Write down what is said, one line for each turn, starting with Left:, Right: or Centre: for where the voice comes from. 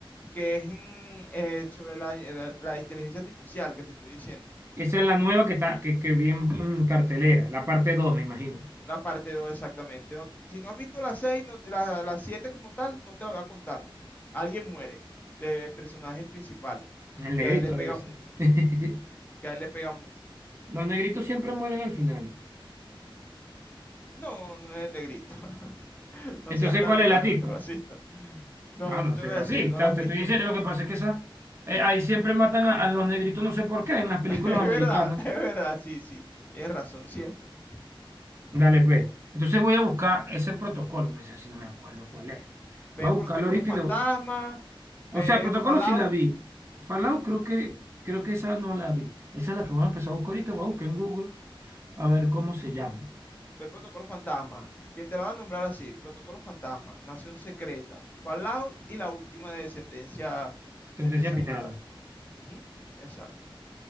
Left: que es mm, eh, sobre la, la- la inteligencia artificial que te estoy diciendo.
Right: Esa es la nueva que, está, que, que vi en, mm, cartelera, la parte 2 me imagino.
Left: La parte dos exactamente. No- si no has visto la 6 no- la, la 7 como tal, no te la voy a contar. Alguien muere de personaje principal,
Right: El negrito
Left: que a él le pega
Right: debe ser.
Left: mucho,
Right: <laughs>
Left: que a él le pega mucho.
Right: Los negritos siempre mueren al final.
Left: No, no es el negrito. <laughs> No
Right: Entonces,
Left: seas tan,
Right: ¿cuál es
Left: tan
Right: la tipa?
Left: racista. No,
Right: No,
Left: no
Right: no
Left: te
Right: soy
Left: voy
Right: racista,
Left: a decir, no la has
Right: te
Left: visto.
Right: estoy diciendo. Lo que pasa es que esa, eh, ahí siempre matan a, a los negritos, no sé por qué, en las
Left: <laughs>
Right: películas
Left: Es verdad,
Right: americanas.
Left: es verdad, sí, sí. Tienes razón siempre.
Right: Dale, pues. Entonces voy a buscar ese protocolo, pero ese sí no me acuerdo cuál es.
Left: Ve
Right: Voy a
Left: Protocolo
Right: buscarlo ahorita
Left: Fantasma,
Right: y lo,
Left: ve
Right: O sea, Protocolo
Left: Fallout.
Right: sí la vi. Fallout creo que, creo que esa no la vi. Esa es la que voy a empezar a buscar ahorita. Voy a buscar en Google a ver cómo se llama.
Left: Ve Protocolo Fantasma. Bien, te la voy a nombrar así. Protocolo Fantasma, Nación Secreta, Fallout y la última de Sentencia,
Right: Sentencia
Left: Sentencia
Right: final.
Left: Mortal. Ujú, exacto.